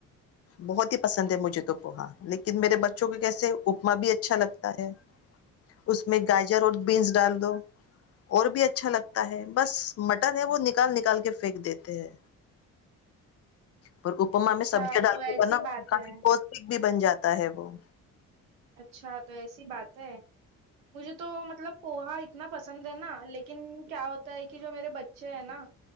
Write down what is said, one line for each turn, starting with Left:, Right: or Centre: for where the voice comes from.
Left: بہت ہی پسند ہے مجھے تو پوہا لیکن میرے بچے کہ کیسے اپما بھی اچھا لگتا ہے اس میں گاجر اور بینز ڈال دو اور بھی اچھا لگتا ہے بس مٹر ہے وہ نکال نکال کے پھینک دیتے ہیں پر اپما
Right: اچھا
Left: میں سبزی ڈالتا
Right: تو ایسی
Left: بناؤ
Right: بات
Left: کافی
Right: ہے
Left: بھی بن جاتا ہے وہ
Right: اچھا تو ایسی بات ہے مجھے تو مطلب پوہا اتنا پسند ہے نا لیکن کیا ہوتا ہے کہ جو میرے بچے ہیں نا